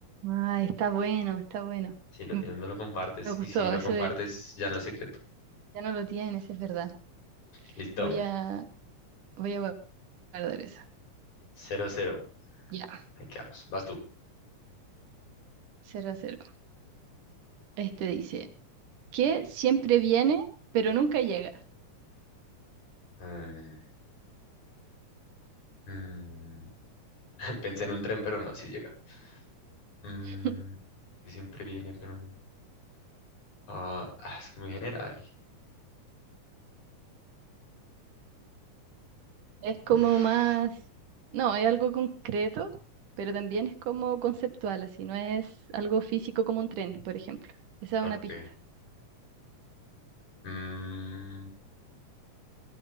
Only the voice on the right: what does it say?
Ay, está bueno, está bueno.
Me
me gustó,
eso
eh,
ya no lo tienes, es verdad.
Voy a, Voy a guardar esa.
Ya,
cero a cero Este dice, que siempre viene, pero nunca llega.
<laughs>
Es como
más, no, es algo concreto, pero también es como conceptual, así, no es algo físico como un tren, por ejemplo. Esa es
una pista,